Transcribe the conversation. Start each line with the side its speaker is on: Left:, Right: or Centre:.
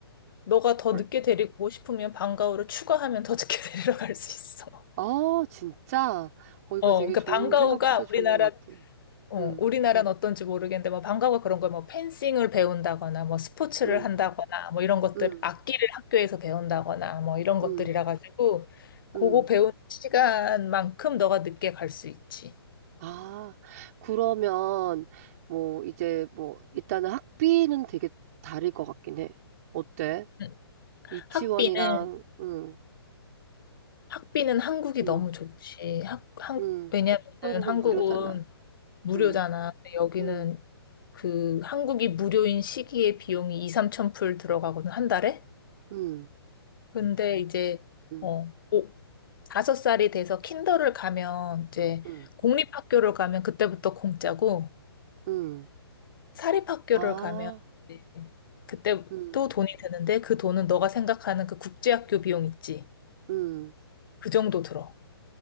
Left: 너가 더
Right: 불-
Left: 늦게 데리고 오고 싶으면 방과후를 추가하면 더 늦게 <laughs> 데리러 갈 수 있어.
Right: 아, 진짜? 어, 이거
Left: 어,
Right: 되게
Left: 그러니까
Right: 좋은,
Left: 방과후가
Right: 생각보다 좋은
Left: 우리나라
Right: 것 같아.
Left: 어,
Right: 음,
Left: 우리나라는 어떤지 모르겠는데 뭐 방과후 그런 걸 뭐 펜싱을 배운다거나 뭐 스포츠를
Right: 음,
Left: 한다거나 뭐 이런 것들
Right: 음,
Left: 악기를 학교에서 배운다거나 뭐 이런 것들이라
Right: 음,
Left: 가지고
Right: 음.
Left: 그거 배운 시간만큼 너가 늦게 갈 수 있지.
Right: 아, 그러면, 뭐, 이제 뭐, 일단은 학비는 되게 다를 것 같긴 해. 어때?
Left: 응.
Right: 유치원이랑,
Left: 학비는
Right: 응,
Left: 학비는 한국이
Right: 응.
Left: 너무 좋지. 학, 한,
Right: 음.
Left: 왜냐면은
Right: 한국은
Left: 한국은
Right: 무료잖아.
Left: 무료잖아.
Right: 음.
Left: 근데 여기는
Right: 음.
Left: 그 한국이 무료인 시기에 비용이 2, 3천 불 들어가거든 한 달에.
Right: 음.
Left: 근데 이제
Right: 음.
Left: 어, 오- 다섯 살이 돼서 킨더를 가면 이제
Right: 음.
Left: 공립학교를 가면 그때부터 공짜고
Right: 음.
Left: 사립학교를
Right: 아.
Left: 가면 이제 그때
Right: 음.
Left: 또 돈이 드는데 그 돈은 너가 생각하는 그 국제학교 비용 있지.
Right: 음.
Left: 그 정도 들어.